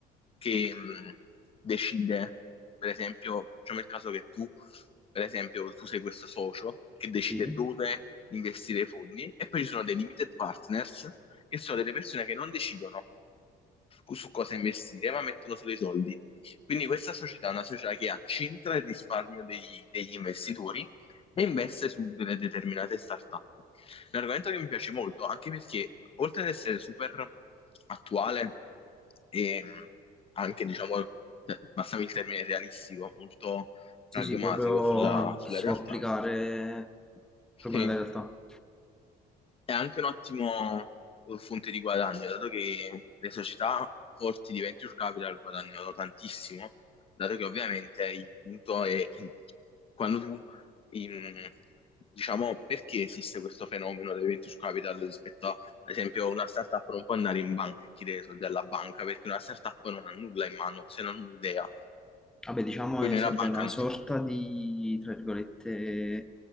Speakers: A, on the left; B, in the centre.
A: che mh, decide, per esempio, facciamo il caso che tu, per esempio, tu sei questo socio che decide
B: sì,
A: dove investire i fondi e poi ci sono dei limited partners che sono delle persone che non decidono su su cosa investire, ma mettono solo i soldi. Quindi questa società è una società che accentra il risparmio degli, degli investitori e investe su delle determinate startup. Un argomento che mi piace molto, anche perché oltre ad essere super attuale e mh, anche, diciamo, eh, passami il termine realistico, molto
B: Sì,
A: pragmatico
B: sì, proprio
A: sulla, sulla
B: che si
A: realtà,
B: può applicare
A: sì
B: proprio nella realtà.
A: è anche un ottimo uh, fonte di guadagno, dato che le società forti di venture capital guadagnano tantissimo, dato che ovviamente il punto è in- quando tu, in- diciamo, perché esiste questo fenomeno del venture capital rispetto a, ad esempio, una startup non può andare in banca e chiedere soldi alla banca, perché una startup non ha nulla in mano, se non un'idea,
B: Vabbè, diciamo
A: quindi
B: che serve
A: una banca
B: una
A: non
B: sorta
A: ti...
B: di, tra virgolette,